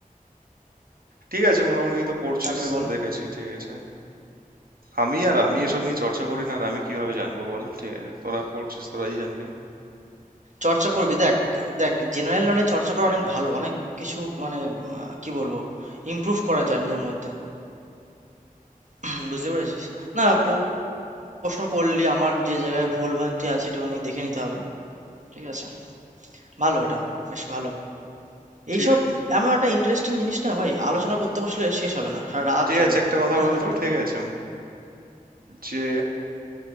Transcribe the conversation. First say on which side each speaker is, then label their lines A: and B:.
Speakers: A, on the right (about 80°); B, on the right (about 55°).
A: ঠিক আছে মোটামুটি তো পড়ছিস
B: তারপরে বল
A: দেখেছি ঠিক আছে আমি আর আমি এসব নিয়ে চর্চা করি না আর আমি কিভাবে জানবো বল ঠিক আছে তোরা পড়ছিস তোরাই জানবি
B: চর্চা করবি দেখ দেখ জেনারেল নলেজ চর্চা করা অনেক ভালো অনেক কিছু মানে আহ, কি বলবো ইমপ্রুভ করা যায় নিজের মধ্যে <clears throat> হুম, বুঝতে পেরেছিস না প- প্রশ্ন করলি আমার যে জায়গায় ভুল ভ্রান্তি আছে একটুখানি দেখে নিতে হবে ঠিক আছে ভালো এটা বেশ ভালো এইসব
A: ঠিক আছে
B: এমন একটা ইন্টারেস্টিং জিনিস না ভাই আলোচনা করতে বসলে শেষ হবে না সারা রাত
A: ঠিক
B: চলবে
A: আছে একটা কথা
B: <laughs>
A: বলতো ঠিক আছে যে